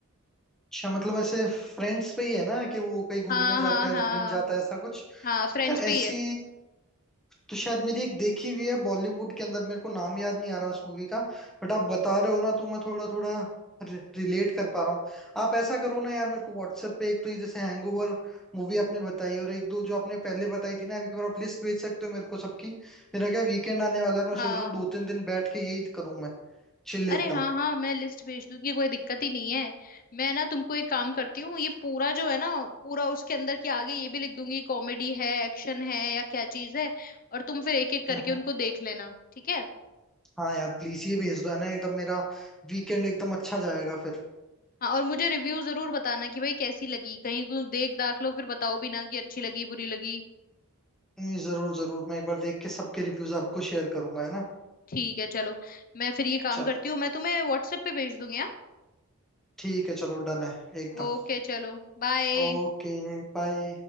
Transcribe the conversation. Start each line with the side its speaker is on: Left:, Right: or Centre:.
Centre: अच्छा मतलब ऐसे फ्रेंड्स पे ही है ना कि वो कहीं घूमने
Left: हाँ
Centre: जाते
Left: हाँ
Centre: हैं
Left: हाँ
Centre: और घूम जाता है ऐसा कुछ
Left: हाँ फ्रेंड्स
Centre: यार
Left: पे
Centre: ऐसी
Left: ही है
Centre: तो शायद मेरी एक देखी हुई है बॉलीवुड के अंदर मेरे को नाम याद नहीं आ रहा उस मूवी का बट आप बता रहे हो ना तो मैं थोड़ा थोड़ा रिलेट कर पा रहा हूँ आप ऐसा करो ना यार मेरे को व्हाट्सएप पे एक तो ये जैसे हैंगओवर मूवी आपने बताई और एक दो जो आपने पहले बताई थी ना एक बार आप लिस्ट भेज सकते हो मेरे को सबकी मेरा क्या वीकेंड आने वाला है मैं
Left: हाँ
Centre: सोच रहा हूँ दो तीन दिन बैठ के यही करूँ मैं चिल एकदम
Left: अरे हाँ हाँ मैं लिस्ट भेज दूंगी कोई दिक्कत ही नहीं है मैं ना तुमको एक काम करती हूँ ये पूरा जो है ना पूरा उसके अंदर के आगे ये भी लिख दूंगी कॉमेडी है एक्शन है या क्या चीज है और तुम फिर एक एक करके
Centre: हम्म हम्म
Left: उनको देख लेना ठीक है
Centre: हाँ यार प्लीज ये भेज दो है ना एकदम मेरा वीकेंड एकदम अच्छा जाएगा फिर
Left: हाँ और मुझे रिव्यू जरूर बताना कि भाई कैसी लगी कहीं तुम देख दाख लो फिर बताओ भी ना कि अच्छी लगी बुरी लगी
Centre: नहीं जरूर जरूर मैं एक बार देख के सबके रिव्यूज आपको शेयर करूंगा है ना
Left: ठीक है चलो मैं फिर ये काम
Centre: चलो
Left: करती हूँ मैं तुम्हें व्हाट्सएप पे भेज दूंगी हाँ
Centre: ठीक है चलो डन है एकदम
Left: ओके चलो बाय
Centre: ओके बाय